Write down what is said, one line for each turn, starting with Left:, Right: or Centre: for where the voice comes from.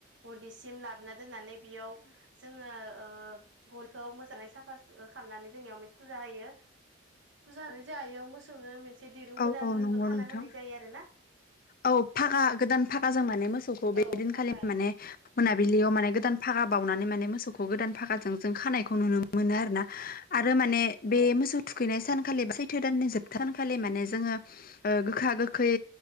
Right: हलिसिम लाबोना दोननानै। बेयाव जोङो गयखौ मोजाङै साफा स खालामनानै जोंनियावे फुजा होयो। फुजा होनाय जयाव मोसौनो मोनसे दिरुं
Left: औ
Right: गोदानबो
Left: औ नंगौ
Right: खाना
Left: नोंथां
Right: होनाय जायो आरो ना।
Left: औ फाखा गोदान फाखाजों माने मोसौखौ बे
Right: औ
Left: दिनखालि
Right: फाखा
Left: माने। मोनाबिलियाव माने गोदान भागा बावनानै माने मोसौखौ गोदान फागाजों जों खानायखौ नुनो मोनो। मोनो आरो ना आरो माने। बे
Right: ओं
Left: मोसौ थुखैनाय सानखालि बा सैथो दाननि जोबथा सानखालि माने जोङो गोखा गोखै।